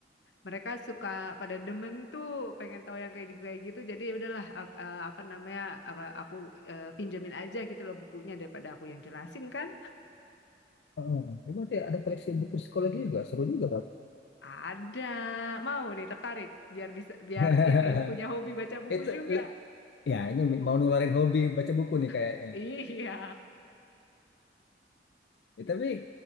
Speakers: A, on the left; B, on the left.
A: mereka suka pada demen tuh pengen tahu yang kayak di- kayak gitu jadi ya udahlah a- a- apa namanya aku, aku, eh, pinjamin aja gitu loh bukunya daripada aku yang jelasin kan
B: Heeh. Eh, Berarti ada koleksi buku psikologi juga, seru juga. Bang.
A: ada mau nih tertarik biar bisa biar
B: <laughs>
A: ini punya hobi baca buku
B: Itu
A: juga
B: le- ya ini mau nularin hobi baca buku nih kayaknya.
A: <laughs> iya
B: nih. Ya, tapi